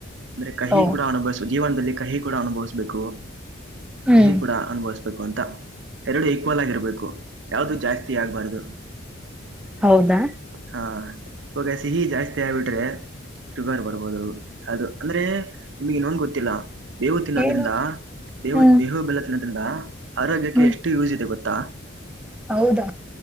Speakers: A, on the right; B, in the centre.
A: ಅಂದ್ರೆ ಕಹಿ
B: ಓ
A: ಕೂಡ ಅನುಭವಿಸ ಜೀವನದಲ್ಲಿ ಕಹಿ ಕೂಡ ಅನುಭವಿಸಬೇಕು
B: ಹ್ಮ್
A: ಸಿಹಿ ಕೂಡ ಅನುಭವಿಸ ಬೇಕು ಅಂತ ಎರಡು ಈಕ್ವಲ್ ಆಗಿರ್ಬೇಕು ಯಾವ್ದು ಜಾಸ್ತಿ ಆಗ್ಬಾರದು.
B: ಹೌದಾ
A: ಹಾ ಇವಾಗ ಸಿಹಿ ಜಾಸ್ತಿ ಆಗ್ಬಿಟ್ರೆ ಶುಗರ್ ಬರ್ಬೋದು. ಅದು ಅಂದ್ರೆ ನಿಮ್ಗೆ ಇನ್ನೊನ್ ಗೊತ್ತಿಲ್ಲ ಬೇವು ತಿನ್ನೋದ್ರಿಂದ
B: ಏನು
A: ಬೇವು
B: ಹ್ಮ್
A: ಬೇವು ಬೆಲ. ತಿನ್ನದ್ರಿಂದ ಆರೋಗ್ಯಕ್ಕೆ
B: ಹ್ಮ್
A: ಎಷ್ಟು ಯೂಜ್ ಇದೆ ಗೊತ್ತಾ.
B: ಹೌದಾ